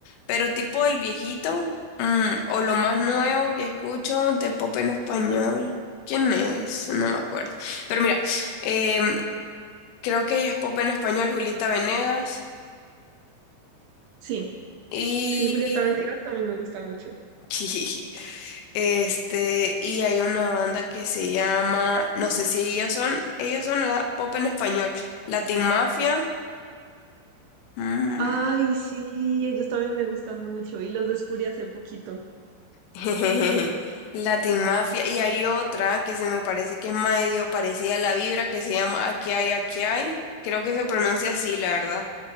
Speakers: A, on the left (about 85°); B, on the right (about 75°).
A: pero tipo el viejito, mm, o lo más nuevo que escucho de pop en español. ¿Quién es? No me acuerdo. Pero mira, em, creo que es pop en español Julieta Venegas
B: sí.
A: y...
B: Sí, Julieta Venegas también me gusta mucho.
A: <laughs> Este, y hay una banda que se llama, no sé si ellos son, ellos son la pop en español, Latin Mafia. mm,
B: Ay, sí, ellos también me gustan mucho y los descubrí hace poquito.
A: <laughs> Latin Mafia. Y hay otra que se me parece que es medio parecida a la vibra que se llama Aquí hay, aquí hay. Creo que se pronuncia así, la verdad.